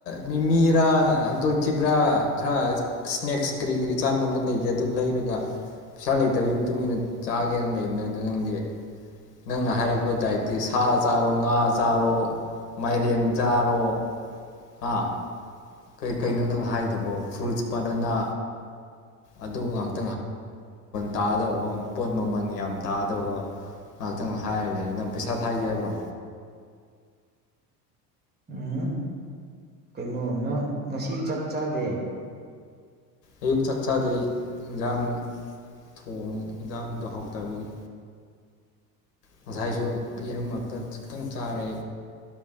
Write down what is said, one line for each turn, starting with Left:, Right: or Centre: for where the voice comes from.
Left: ꯃꯤꯃꯤꯔꯥ ꯑꯪꯀꯜ ꯆꯤꯕ꯭ꯔꯥ ꯈꯔ ꯁ꯭ꯅꯦꯛꯁ ꯀꯔꯤ ꯀꯔꯤ ꯆꯥꯅꯕ ꯂꯩꯒꯦ ꯑꯗꯨ ꯂꯩꯔ ꯄꯩꯁꯥ ꯂꯩꯇꯕꯩ ꯃꯇꯨꯡꯏꯟꯅ ꯆꯥꯒꯦꯅ ꯂꯩꯕꯅꯦ ꯑꯗꯣ ꯅꯪꯗꯤ ꯅꯪꯅ ꯍꯥꯏꯔꯛꯄ ꯗꯥꯏꯠꯇꯤ ꯁꯥ ꯆꯥꯔꯣ ꯉꯥ ꯆꯥꯔꯣ ꯃꯥꯏꯔꯦꯟ ꯆꯥꯔꯣ ꯉꯥ ꯀꯩ ꯀꯩꯅꯣ ꯅꯪ ꯍꯥꯏꯗꯨꯕꯣ ꯐ꯭ꯔꯨꯏꯠꯁ ꯄꯅꯅ ꯑꯗꯨ ꯉꯥꯛꯇ ꯇꯥꯗꯧꯕ ꯄꯣꯠ ꯃꯃꯟ ꯌꯥꯝ ꯇꯥꯗꯧꯕ ꯉꯥꯛꯇꯪ ꯍꯥꯏꯔ ꯂꯩꯔꯦ ꯅꯪ ꯄꯩꯁꯥ ꯊꯥꯒꯦ ꯍꯥꯏꯕ꯭ꯔꯣ
Right: ꯎꯝ ꯀꯩꯅꯣ ꯅꯪ ꯉꯁꯤ ꯆꯥꯛ ꯆꯥꯗꯦ
Left: ꯑꯌꯨꯛ ꯆꯥꯛ ꯆꯥꯗꯩ ꯑꯩ ꯏꯟꯖꯥꯡ ꯊꯣꯡ ꯏꯟꯖꯥꯡꯗꯣ ꯍꯥꯎꯇꯕꯒꯤ ꯉꯁꯥꯏꯁꯨ ꯌꯦꯔꯨꯝꯃꯛꯇ ꯈꯤꯇꯪ ꯆꯥꯔꯦ